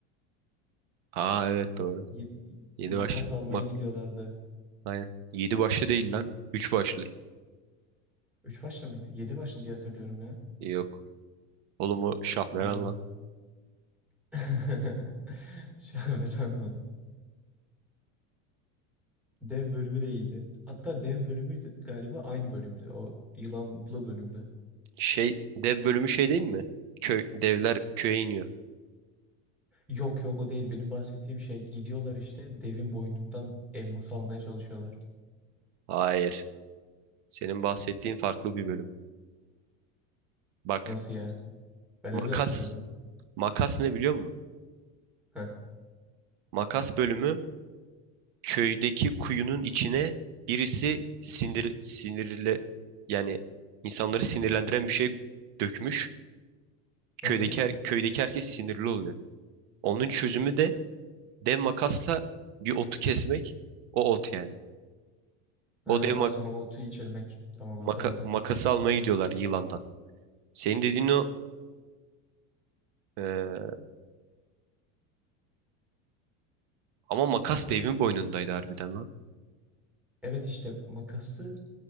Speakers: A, on the right; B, in the centre.
A: Aa evet doğru.
B: Ye-
A: 7 başlı.
B: makas almaya
A: Bak
B: gidiyorlardı.
A: aynen. 7 başlı değil lan. Üç başlı.
B: Üç başlı mıydı? Yedi başlı diye hatırlıyorum ya.
A: Yok. Oğlum o Şahmeran
B: Hmm.
A: lan.
B: <laughs> Şaveran mı? Dev bölümü de iyiydi. Hatta dev bölümü de- galiba aynı bölümdü. O yılanlı bölümdü.
A: Şey dev bölümü şey değil mi? Köy, devler köye iniyor.
B: Yok yok o değil. Benim bahsettiğim şey gidiyorlar işte devin boynundan elması almaya çalışıyorlar.
A: Hayır. Senin bahsettiğin farklı bir bölüm. Bak
B: Nasıl ya? Ben
A: makas.
B: öyle hatırlıyorum.
A: Makas ne biliyor musun?
B: Heh.
A: Makas bölümü köydeki kuyunun içine birisi sinir sinirle yani insanları sinirlendiren bir şey dökmüş.
B: Hı
A: Köydeki
B: hı.
A: her, köydeki herkes sinirli oluyor. Onun çözümü de dev makasla bir otu kesmek. O ot yani.
B: Ha,
A: O dev
B: daha
A: mak-
B: sonra o otu içirmek. Tamam hatırladım.
A: maka- makası almaya gidiyorlar yılandan. Senin dediğin o e, ama makas devin boynundaydı harbiden lan.
B: Evet işte makası